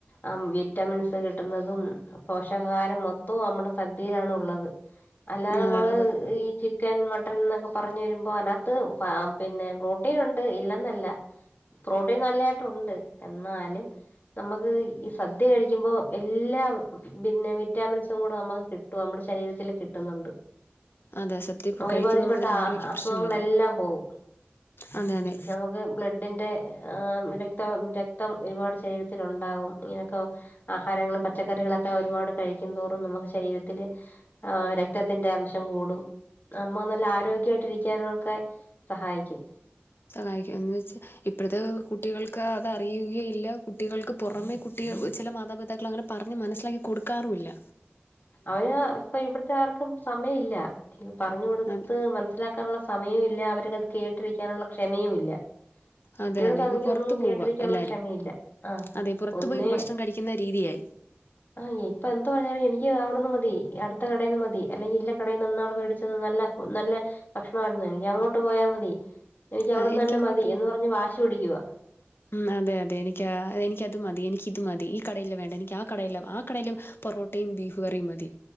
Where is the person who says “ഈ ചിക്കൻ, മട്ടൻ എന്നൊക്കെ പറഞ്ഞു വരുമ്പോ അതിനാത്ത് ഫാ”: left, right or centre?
Left